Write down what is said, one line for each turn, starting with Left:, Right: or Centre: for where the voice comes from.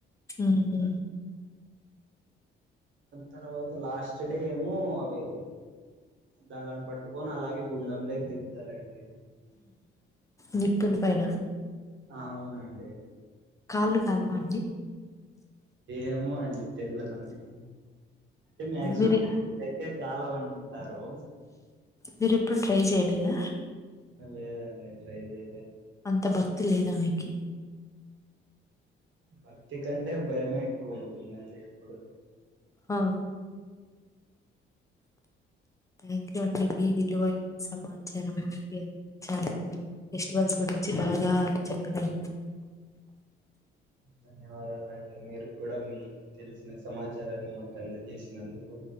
Left: ఉమ్
Right: తర్వాత లాస్ట్ డే ఏమో అవి దానిలను పట్టుకొని అలాగే గుండెం లకి దిగుతారండి
Left: నిప్పుల్ పైన
Right: ఆ అవునండి
Left: కాళ్ళు కాలవండి
Right: ఏమో అండి తేల్వద్ నాకు మాక్సిమం
Left: మీరు
Right: యితే కాలవు అని ఉంటారు
Left: మీరుప్పుడు ట్రై చేయలేదా
Right: లేదండి ట్రై చే
Left: అంత భక్త్ తె లేదా మీకి
Right: భక్తి కంటే భయమే ఎక్కువ ఉంటుందండి ఇప్పుడు
Left: ఆ థ్యాంక్ యూ అండి మీ విలువైన సమాచారం చాలా ఫెస్టివల్స్ గురించి బాగా చెప్పిన
Right: ధన్యవాదాలండి మీరు కూడా మీ తెలిసిన సమాచారాన్ని మాక్ అందజేసినందుకు